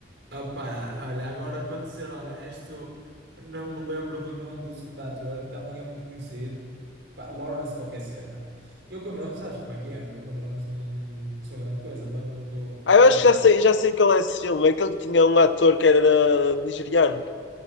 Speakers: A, on the right; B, on the left.
A: Opa, olha, agora para te ser honesto, não me lembro do nome do segundo ator, que também é muito conhecido. Pá, Lawrence qualquer cena. Eu com nomes, sabes como é que é, meu? Eu com nomes não, não sou grande coisa. Lembro-me do,
B: Ah, eu
A: do
B: acho
A: Ra-
B: que já sei, já sei qual é esse filme. É aquele que tinha um ator que era nigeriano.